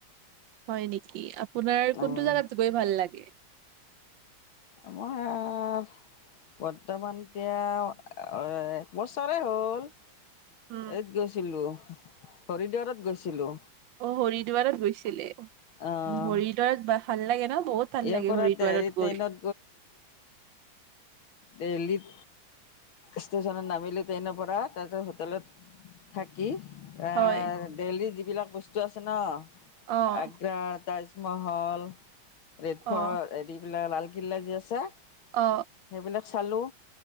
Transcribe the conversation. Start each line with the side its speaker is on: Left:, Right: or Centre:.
Right: হয় নেকি আপোনাৰ
Left: অ',
Right: কোনটো জাগাত গৈ ভাল লাগে?
Left: আমাৰ বৰ্তমানকে একবছৰে হ'ল।
Right: উম,
Left: এইত গৈছিলো, হৰিদ্বাৰত গৈছিলো।
Right: অ হৰিদ্বাৰত গৈছিলে।
Left: অ',
Right: হৰিদ্বাৰত বা ভাল লাগে ন', বহুত ভাল
Left: ইয়াৰ
Right: লাগে
Left: পৰা
Right: হৰিদ্বাৰত
Left: ট্ৰেইনত
Right: গৈ।
Left: দেল্লিত ষ্টেচনত নামিলো ট্ৰেইনৰ পৰা। তাৰপিছত হোটেলত, থাকি আহ
Right: হয়,
Left: দিল্লী যি যিবিলাক বস্তু আছে ন
Right: অ',
Left: আগ্ৰা তাৰ মহল ৰেড
Right: অ',
Left: ফৰ্ট, এদি বিলা লাল গিলাজি আছে,
Right: অ
Left: সেইবিলাক চালোঁ।